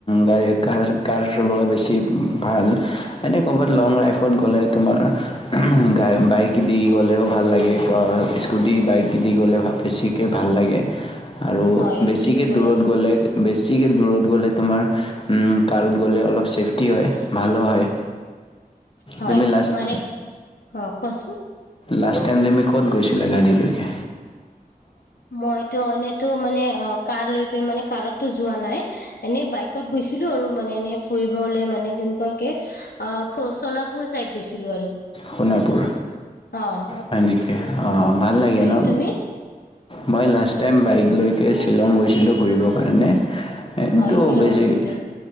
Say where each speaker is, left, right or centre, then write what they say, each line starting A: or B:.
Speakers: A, on the left; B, on the left.
A: গাড়ী কাৰ কাৰ চলোৱা বেছি ভাল। এনেই ক'ৰবাত লং ড্ৰাইভত গ'লে, তোমাৰ গাই বাইক দি গ'লেও ভাল লাগে স্কুটি বাইক দি গ'লে ভাল। বেছিকে ভাল লাগে আৰু
B: হয়
A: বেছিকে
B: ঠিকে ক'লা
A: দূৰত
B: তুমি
A: গ'লে, বেছিকে দূৰত গ'লে তোমাৰ, কাৰত গ'লে অলপ ছেফটি হয়, ভালো হয়।
B: হয়,
A: তুমি লাষ্ট
B: মানে অ কোৱাচোন।
A: লাষ্ট টাইম তুমি ক'ত গৈছিলা গাড়ীলৈকে?
B: মইতো এনেইতো মানে অ কাৰ লৈ কি মানে কাৰতো, যোৱা নাই এনে বাইকত গৈছিলো আৰু। মানে এনেই ফুৰিবলে মানে যেনেকুৱাকে, অ খ সোনাপুৰ চাইদ গৈছিলো আৰু।
A: সোণাপুৰ
B: অ
A: হয় নেকি। অ ভাল লাগে
B: হয়
A: ন।
B: তুমি
A: মই লাষ্ট টাইম বাইকলৈকে শ্বিলং গৈছিলো ফুৰিব কাৰণে। এনেতো
B: হয় শ্বিলং
A: বেছিকে,
B: গৈছিলা